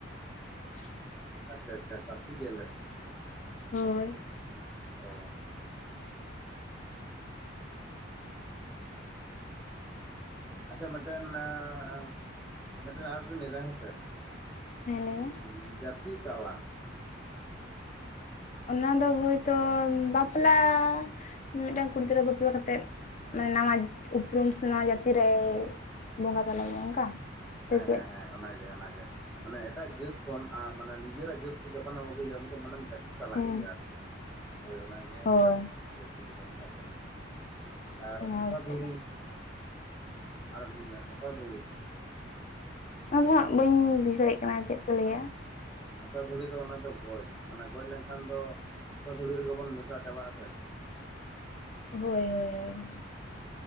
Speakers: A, on the left (about 40°); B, in the centre.
A: ᱦᱮ <unintelligible>
B: ᱟᱪᱪᱷᱟ ᱟᱪᱪᱷᱟ ᱠᱟᱥᱤ ᱜᱮᱞᱮ
A: ᱦᱳᱭ
B: ᱚ ᱟᱪᱪᱷᱟ ᱢᱮᱴᱮᱱ ᱟᱨ ᱢᱮᱴᱮᱱ ᱞᱟ. ᱤ ᱫᱟ ᱦᱮᱸ ᱥᱮ
A: ᱦᱮᱸ ᱞᱟᱹᱭ
B: ᱦᱩ
A: ᱢᱮ
B: ᱡᱟᱹᱛᱤ ᱛᱟᱞᱟ
A: ᱚᱱᱟ ᱫᱚ ᱦᱳᱭᱛᱳ ᱵᱟᱯᱞᱟ ᱢᱤᱫ ᱴᱟᱝ ᱠᱩᱲᱤ ᱜᱤᱫᱨᱟᱹ ᱵᱟᱯᱞᱟ ᱠᱟᱛᱮᱜ ᱢᱟᱱᱮ ᱱᱟᱣᱭᱟ ᱩᱯᱨᱩᱢ ᱥᱮ ᱱᱟᱣᱭᱟ ᱡᱟᱹᱛᱤ ᱨᱮ ᱵᱚᱸᱜᱟ ᱛᱟᱞᱟᱭᱮᱭᱟ ᱚᱱᱠᱟ
B: ᱦᱮᱸ
A: ᱥᱮ ᱪᱮᱫ
B: ᱦᱮᱸ ᱦᱮᱸ ᱚᱱᱟᱜᱮ ᱚᱱᱟᱜᱮ ᱢᱟᱱᱮ ᱮᱴᱟᱜ ᱡᱟᱹᱛ ᱠᱷᱚᱱ ᱟᱢ ᱢᱟᱱᱮ ᱱᱤᱡᱮ ᱨᱟᱜ ᱡᱟᱹᱛ ᱛᱮ ᱡᱚᱠᱷᱚᱱᱮᱢ ᱟᱹᱜᱩᱭᱮᱭᱟ ᱩᱱᱤ ᱫᱚ ᱢᱟᱱᱮᱢ ᱡᱟᱹᱛᱤ ᱛᱟᱞᱟ
A: ᱦᱮᱸ
B: ᱠᱮᱫᱮᱭᱟᱯ ᱦᱳᱭ ᱚᱱᱟᱜᱮ
A: ᱦᱳᱭ
B: ᱡᱟᱹᱛᱤ ᱡᱟᱹᱛᱤ ᱫᱚ ᱠᱚ ᱢᱮᱛᱟᱜ ᱠᱟᱱᱟ ᱟᱨ ᱦᱟᱥᱟ
A: ᱟᱪᱪᱷᱟ
B: ᱫᱷᱩᱲᱤ ᱟᱨ ᱞᱟ. ᱭ ᱦᱟᱥᱟ ᱫᱷᱩᱲᱤ
A: ᱚᱱᱟ ᱫᱚ ᱦᱟᱸᱜ ᱵᱟᱹᱧ ᱵᱩᱡᱷᱚ ᱫᱟᱲᱮ ᱠᱟᱱᱟ ᱪᱮᱫ ᱠᱚ ᱞᱟᱹᱭᱟ
B: ᱦᱟ ᱦᱟᱥᱟ ᱫᱷᱩᱲᱤ ᱫᱚ ᱚᱱᱟ ᱫᱚ ᱜᱚᱡᱽ ᱢᱟᱱᱮ ᱜᱚᱡ ᱞᱮᱱ ᱠᱷᱟᱱ ᱫᱚ ᱦᱟᱥᱟ ᱫᱩᱲᱤ ᱨᱮᱜᱮ ᱵᱚᱱ ᱢᱮᱥᱟ ᱪᱟᱵᱟᱜᱼᱟ ᱥᱮ
A: ᱦᱳᱭ ᱦᱳᱭ ᱦᱳᱭ